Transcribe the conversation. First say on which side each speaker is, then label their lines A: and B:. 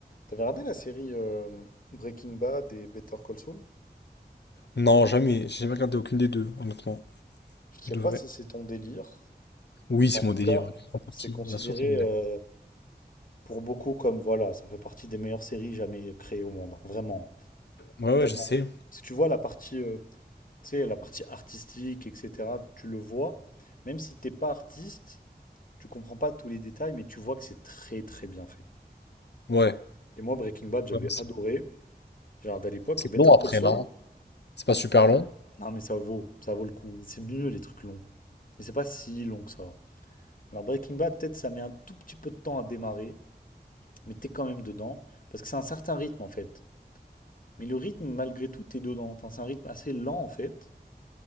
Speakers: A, on the left (about 55°); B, on the left (about 85°).
A: T'avais regardé la série euh, Breaking Bad et Better Call Saul?
B: Non, jamais. J'ai jamais regardé aucune des deux, honnêtement.
A: Je sais
B: Je devrais.
A: pas si c'est ton délire.
B: Oui, c'est
A: En
B: mon
A: tout
B: délire.
A: cas,
B: En partie,
A: c'est considéré
B: Bien sûr, c'est mon délire.
A: euh, pour beaucoup comme voilà, ça fait partie des meilleures séries jamais créées au monde. hein, Vraiment,
B: Ouais, ouais,
A: tellement.
B: je sais.
A: Parce que tu vois la partie, euh, tu sais, la partie artistique, etc. Tu le vois, même si t'es pas artiste, tu comprends pas tous les détails, mais tu vois que c'est très très bien fait.
B: Ouais.
A: Et moi, Breaking Bad, j'avais
B: Vraiment ça.
A: adoré. J'ai regardé à l'époque
B: C'est c'est
A: et Better
B: long après,
A: Call Saul.
B: non? C'est pas super long?
A: Non, mais ça vaut, ça vaut le coup. C'est mieux les trucs longs. Et c'est pas si long que ça. Alors Breaking Bad, peut-être ça met un tout petit peu de temps à démarrer, mais t'es quand même dedans, parce que c'est un certain rythme en fait. Mais le rythme, malgré tout, t'es dedans. Enfin, c'est un rythme assez lent en fait,